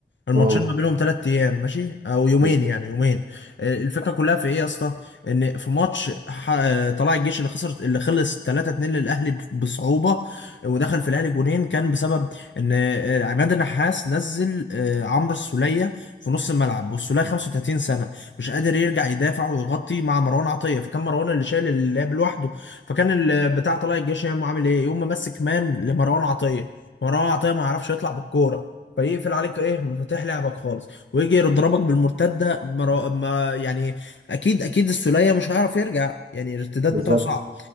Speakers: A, on the left (about 80°); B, on the right (about 55°).
A: الماتشين
B: اه
A: ما بينهم ثلاث ايام ماشي او يومين
B: بالظبط
A: يعني يومين آه، الفكره كلها في ايه يا اسطى ان في ماتش ح- آه، طلائع الجيش اللي خسر اللي خلص 3 2 للاهلي ب- بصعوبه ودخل في الاهلي جونين كان بسبب ان آه، عماد النحاس نزل آه، عمرو السوليه في نص الملعب والسوليه 35 سنه مش قادر يرجع يدافع ويغطي مع مروان عطيه فكان مروان اللي شايل اللعب لوحده فكان ال- بتاع طلائع الجيش يوم عامل ايه يوم ماسك مان لمروان عطيه مروان عطيه ما يعرفش يطلع بالكوره فيقفل عليك ايه مفاتيح لعبك خالص ويجي يضربك بالمرتده مرا... ما يعني اكيد اكيد السوليه مش هيعرف يرجع يعني الارتداد
B: بالظبط
A: بتاعه صعب